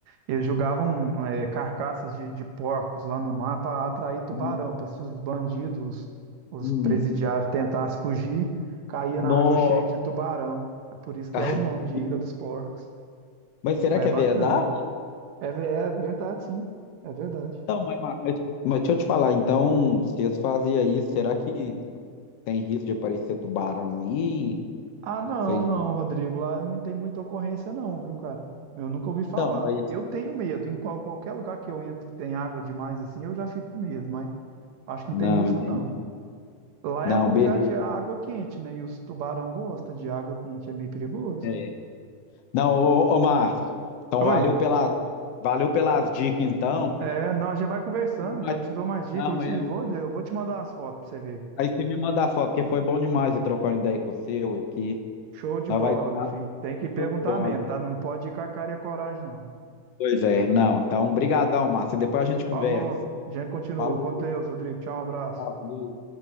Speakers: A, on the right; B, on the left.
A: eles jogavam é, carcaças de, de porcos lá no mar para atrair tubarão,
B: Hum,
A: para se os bandidos, os
B: hum.
A: presidiários tentassem fugir, caía
B: Nó.
A: na água cheia de tubarão. É por isso que
B: <laughs>
A: é o nome de Ilha dos Porcos.
B: Mas será
A: Mas
B: que
A: é
B: é
A: bacana.
B: verdade?
A: É, ve- é verdade, sim. É verdade.
B: Então, mas, mas, mas mas deixa eu te falar, então, se eles faziam isso, será que tem risco de aparecer tubarão aí?
A: Ah, não,
B: Não sei.
A: não, Rodrigo. Lá não tem muita ocorrência, não, viu, cara? Eu nunca ouvi falar.
B: Então, mas.
A: Eu tenho medo. Em qual- qualquer lugar que eu entro que tem água demais, assim, eu já fico com medo, mas acho que não
B: Não,
A: tem risco,
B: entendi.
A: não. Lá
B: Não,
A: é um
B: beleza.
A: lugar de água quente, né? E os tubarão gostam de água quente, é meio perigoso.
B: É. Não, ô, ô Márcio, então
A: Oi?
B: valeu pelas, valeu pelas dicas, então.
A: É, não, a gente vai conversando.
B: Mas-
A: Eu te dou mais dicas,
B: Não,
A: eu vou te,
B: eu.
A: vou, eu vou te mandar as fotos pra você ver.
B: Aí você me manda a foto, porque foi bom demais eu trocar uma ideia com você ué, aqui.
A: Show de
B: Nós
A: bola,
B: vai,
A: meu filho. Tem que perguntar
B: Show de bola.
A: mesmo, tá? Não pode ir com a cara e a coragem, não.
B: Pois é, não. Então, brigadão, Márcio. Depois a gente conversa.
A: Falou. A gente continua.
B: Falou.
A: Com Deus, Rodrigo. Tchau, um abraço.
B: Tchau, com